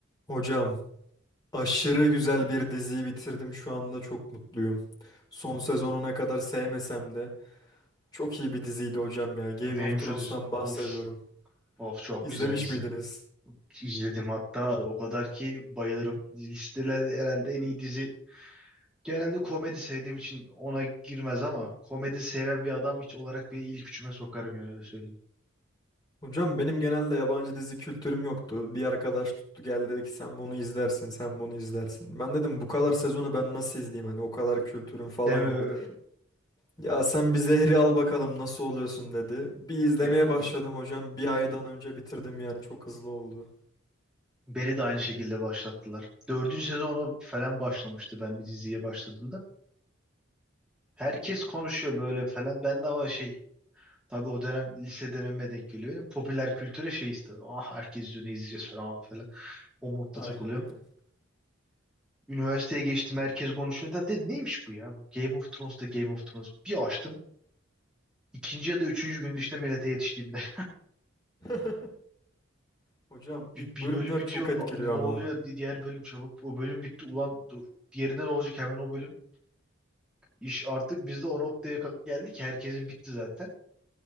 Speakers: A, on the left; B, in the centre.
A: Hocam aşırı güzel bir diziyi bitirdim şu anda çok mutluyum. Son sezonu ne kadar sevmesem de çok iyi bir diziydi hocam ya. Game
B: Neymiş
A: of Thrones'tan
B: o dizi? Of,
A: bahsediyorum.
B: of çok
A: İzlemiş
B: güzel dizi.
A: miydiniz?
B: İzledim hatta o kadar ki bayılırım. Listelerde herhalde en iyi dizi. Genelde komedi sevdiğim için ona girmez ama komedi seven bir adam hiç olarak bile ilk üçüme sokarım yani öyle söyleyeyim.
A: Hocam benim genelde yabancı dizi kültürüm yoktu. Bir arkadaş tuttu geldi dedi ki sen bunu izlersin, sen bunu izlersin. Ben dedim bu kadar sezonu ben nasıl izleyeyim hani o kadar kültürüm falan
B: Deme,
A: yok.
B: ö-
A: Ya sen bir zehri al bakalım nasıl oluyorsun dedi. Bir izlemeye
B: Be-
A: başladım hocam. Bir aydan önce bitirdim yani çok hızlı oldu.
B: Barry de aynı şekilde başlattılar. Dördüncü sezonu falan başlamıştı ben diziye başladığımda. Herkes konuşuyor böyle falan. Ben de ama şey Tabii o dönem liseden önüme denk geliyor. Benim popüler kültüre şeyiz tabii. Ah herkes izliyor ne izleyeceğiz falan falan. O modda
A: Aynen
B: takılıyorum.
A: aynen.
B: Üniversiteye geçtim herkes konuşuyor. Da Dedim neymiş bu ya? Bu Game of Thrones da Game of Thrones. Bir açtım. İkinci ya da üçüncü günde işte millete yetiştiğimde. <laughs>
A: <laughs> Hocam ilk
B: Bir, bir
A: bölümler
B: bölüm bitiyor.
A: çok etkiliyor
B: Lan ne ne
A: ama.
B: oluyor? Di- Diğer bölüm çabuk. O bölüm bitti. Ulan dur, diğerinde ne olacak hemen o bölüm. İş artık biz de o noktaya ka- geldik ki herkesin bitti zaten.